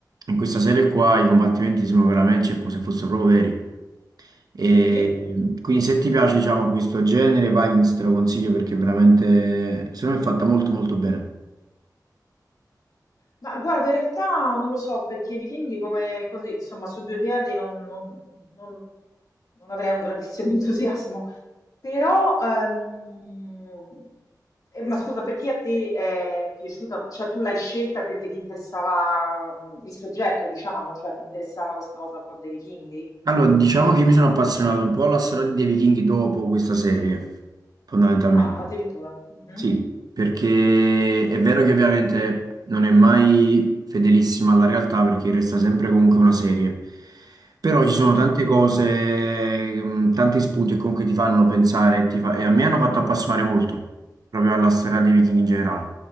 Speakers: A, on the right; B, on the left.
A: In questa serie qua i combattimenti sono veramente cioè, come se fossero proprio veri. E
B: Sì?
A: quindi se ti piace, diciamo, questo genere, Vikings te lo consiglio perché veramente, secondo me è fatta molto molto bene.
B: Ma guarda, in realtà non lo so, perché i vichinghi come così, insomma, su due piedi non, non- non- non avrei un grandissimo <laughs> entusiasmo. Però, ehm, eh, ma scusa, perché a te è piaciuta? Cioè, tu l'hai scelta perché ti interessava mm, il soggetto, diciamo, cioè ti interessava questa cosa qua dei vichinghi?
A: Allora, diciamo che io mi sono appassionato un po' alla storia dei vichinghi dopo questa serie, fondamentalmente.
B: Ah, addirittura. Mhm,
A: Sì, perché è vero che ovviamente non è mai fedelissima alla realtà perché resta sempre comunque una serie, però
B: mhm,
A: ci sono tante cose, mh, tanti spunti che comunque ti fanno pensare e, ti fa- e a me hanno fatto appassionare molto proprio alla storia dei Viking in generale.